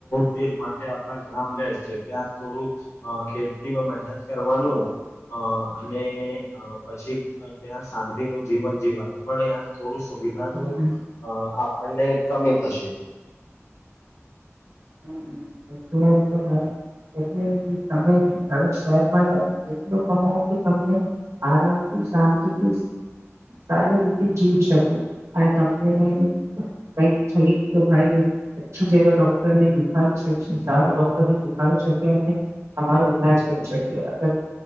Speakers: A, on the left; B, on the right.
A: તેજ માટે આપણા ગામ બેસ છે, ત્યાં થોડું ખેતીમાં મહેનત કર કરવાનું હા, અને અ પછી, ત્યાં શાંતિનું જીવન, જીવાનું પણ ત્યાં થોડું સુવિધાનું
B: હમ
A: આપને કમી થશે
B: હમ તો હ એટલે તમેડો શહેરમાં જાવ, એટલું કમાવ કે તમને આરામથી શાંતિથી સારી રીતે જીવી, શકું અને તમને કઈક થઈ, તો ભાઈ છું, જ ડોક્ટર ને દેખાવ શકે સારું ડોક્ટરને દેખાડી શકી, અને તમારો ઈલાજ કરી શકીએ અગર-